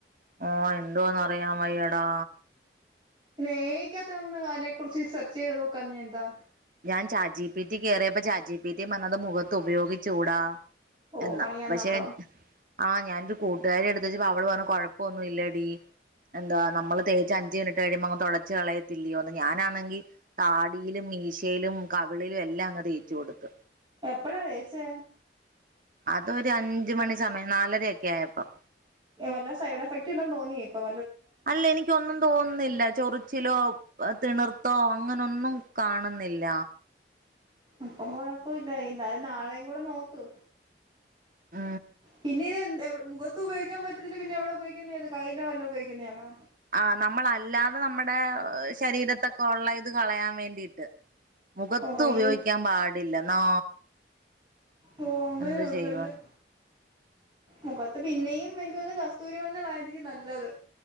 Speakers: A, on the right; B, on the right.
A: ഓ ഇണ്ടോന്ന് അറിയാൻ വയ്യേടാ.
B: എ ഐക്ക്ത്ത് ഒന്ന് അതിനെ കുറിച്ച് സെർച്ച് ചെയ്ത് നോക്കാതത്ത് എന്താ?
A: ഞാൻ ചാറ്റ് ജിപിടി കയറിയപ്പോ ചാറ്റ് ജിപിടി വന്നത് മുഖത്ത് ഉപയോഗിച്ചൂടാ.
B: ഓ
A: എന്നാ
B: പണിയാന്നോ
A: പക്ഷെ
B: അപ്പം
A: ആ ഞാനൊരു കൂട്ടുകാരിയുടെ അടുത്ത് ചോദിച്ചപ്പോള്‍ അവൾ പറഞ്ഞു കൊഴപ്പമൊന്നുമില്ലടി എന്താ നമ്മള് തേച്ച് അഞ്ച് മിനിറ്റ് കഴിയുമ്പോൾ അങ് തുടച്ച്ച് കളയത്തില്ലയോന്ന് ഞാനാണെങ്കിൽ താടിയിലും മീശ കവിളിലും എല്ലാം അങ്ങ് തേച്ചു കൊടുത്ത്
B: എപ്പഴാ തേച്ചെ
A: അതൊരു അഞ്ച് മണി സമയം നാലരയൊക്കെ ആയപ്പം
B: വല്ല സൈഡ് എഫക്റ്റ്ല്ലാം തോന്നിയ ഇപ്പം
A: അല്ല എനിക്കൊന്നും തോന്നുന്നില്ല ചെറു ചിലോ തിണർത്തോ അങ്ങനെന്നും കാണുന്നില്ല
B: അപ്പം കൊഴപ്പമില്ല എന്തായാലും നാളെയും കൂടെ നോക്ക്
A: ആ
B: പിന്നെ ഇത് മുഖത്ത് ഉപയോഗിക്കാൻ പറ്റത്തില്ല പിന്നെ എവിടെ ഉപയോഗിക്കുന്നതാന്നിത് കയ്യിലോ വല്ലോ ഉപയോഗിക്കുന്നതാണോ
A: ആ നമ്മളല്ലാതെ നമ്മുടെ ശരീരത്തൊക്കെ ഉള്ള ഇത് കളയാൻ വേണ്ടിയിട്ട് മുഖത്ത്
B: ഓ കയ്യില്
A: ഉപയോഗിക്കാൻ പാടില്ലെന്നാ
B: ഓ അങ്ങനെ
A: എന്ത്
B: ഉണ്ടല്ലേ
A: ചെയ്യുവ
B: മുഖത്ത് പിന്നെയും എനിക്ക് വന്ന കസ്തൂരി മഞ്ഞളായിരിക്കും നല്ലത്.